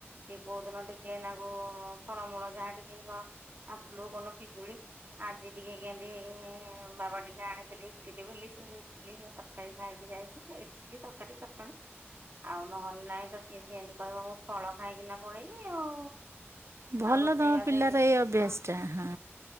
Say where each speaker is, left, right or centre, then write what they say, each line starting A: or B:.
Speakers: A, on the right; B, on the right.
A: ସେ କୋଉଦିନ ଟିକେ ନାଗୁ ଫଳମୂଳ ଯାହା ଟିକେ ଅ ଆପୁଲୁ କୋଉଦିନ ପିଜୁଳି ଆଜି ଟିକେ କେମିତି ଇ ବାବା ଟିକେ ଆଣିଥିଲି ଇଟିଲି ବୋଲି ସେ ଇଟିଲି ତରକାରୀ ଖାଇକି ଯାଇଚି ଇଟିଲି, ତରକାରୀ, ଚଟଣୀ ଆଉ ନହେଲେ ନାହିଁ ତ ସିଏ ସେମତି କହିବ ମୁଁ ଫଳ ଖାଇକିନା ପଳେଇବି ଆଉ
B: ଭଲ
A: ଆଉ ରୋଷେଇ
B: ତମ
A: ବାସ
B: ପିଲାର
A: ଏଇଠି
B: ଏଇ ଅଭ୍ୟାସଟା
A: ହଁ।
B: ହଁ